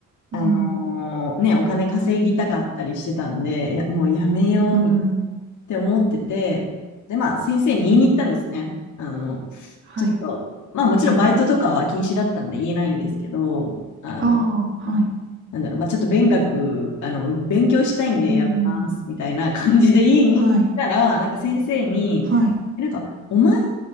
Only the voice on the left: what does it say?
あのーね、お金稼ぎたかったりしてたんで、いや、もうやめようみたいな
って思ってて、で、まあ、先生に言いに行ったんですね。
あの、
ちょっと、まあ、もちろんバイトとかは禁止だったんで言えないんですけど、あの、
なんだろう、まあ、ちょっと勉学、あの、勉強したいんでやめます、
みたいな感じで言いに行ったら、
なんか先生に、
えなんか、お前